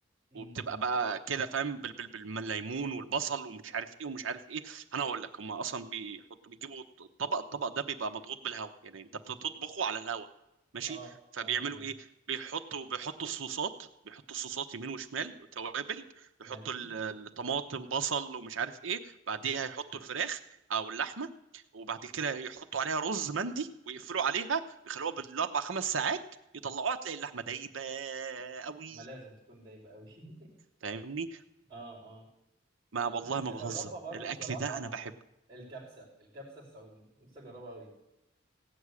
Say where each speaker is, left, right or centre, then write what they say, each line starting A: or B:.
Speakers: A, on the right; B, on the right.
A: امم
B: وبتبقى بقى كده فاهم بال- بال- بالليمون والبصل ومش عارف ايه ومش عارف ايه انا اقول لك هم اصلا بيحطوا بيجيبوا الطبق الطبق ده بيبقى مضغوط بالهواء يعني انت بتطبخه على الهواء ماشي
A: اه
B: فبيعملوا
A: اه تمام
B: ايه بيحطوا بيحطوا الصوصات بيحطوا الصوصات يمين وشمال وتوابل
A: ماشي
B: يحطوا ال- الطماطم بصل ومش عارف ايه بعديها يحطوا الفراخ او اللحمه وبعد كده يحطوا عليها رز مندي ويقفلوا عليها ويخلوها بالاربع خمس ساعات يطلعوها تلاقي اللحمه دايبه قوي
A: ما لازم تكون دايبه قوي <laughs>
B: فاهمني
A: اه اه
B: ما
A: اللي
B: والله
A: نفسي
B: ما
A: اجربها
B: بهزر
A: برضو
B: الاكل
A: بصراحه
B: ده انا بحبه
A: الكبسه الكبسه السعودي نفسي اجربها قوي